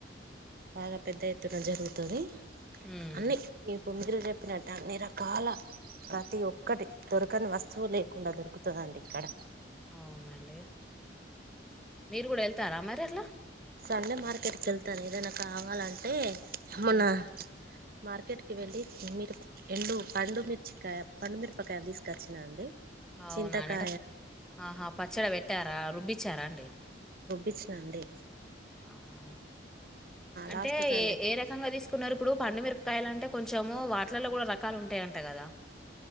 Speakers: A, on the right; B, in the centre.
A: బాగా పెద్ద ఎత్తున జరుగుతుది
B: హ్మ్
A: అన్ని ఇప్పుడు మీరు చెప్పినట్ట అన్ని రకాల ప్రతి ఒక్క టి దొరకని వస్తువు లేకుండా దొరుకుతదండి ఇక్కడ
B: అవునండి మీరు కూడా వెళ్తారా మరి అట్లా
A: సండే మార్కెట్కి వెళ్తా ఏదైనా కావాలంటే ఏమన్నా
B: హ్మ్
A: మార్కెట్ కి వెళ్ళి మీరు ఎండు పండుమిర్చికాయ పండుమిరపకాయలు తీసుకొచ్చిన అండి
B: అవునానంట
A: చింతకాయ
B: ఆహా పచ్చడి పెట్టారా రుబ్బిచ్చారా అండి
A: ఇచ్చిన అండి
B: ఆహా అంటే
A: లాస్ట్ సండే
B: ఏ ఏ రకంగా తీసుకున్నారు ఇప్పుడు పండు మిర పకాయలు అంటే కొంచెము వాటిలల్లో కూడా రకాలు ఉంటాయంట కదా